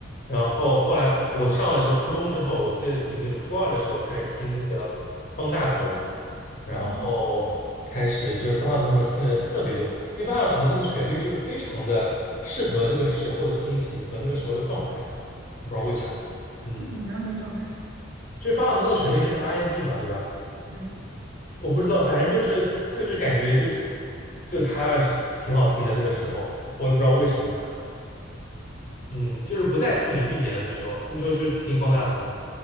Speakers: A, on the left; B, on the right.
A: 然后后来我上了就初中之后，我记得挺清楚，初二的时候开始听那个方大同，然后开始就是方大同的时候听的特别多，
B: 嗯。
A: 因为方大同那个旋律就是非常的适合那个时候的心情和那个时候的状态，我不知道为啥，嗯，
B: 是什么样的状态呀？
A: 就是方大同那个旋律就是 R&B 嘛，对吧？
B: 嗯。
A: 我不知道，反正就是就是感觉就就他挺好听的那个时候，我也不知道为什么，嗯，就是不再听林俊杰了，那时候那时候就听方大同了。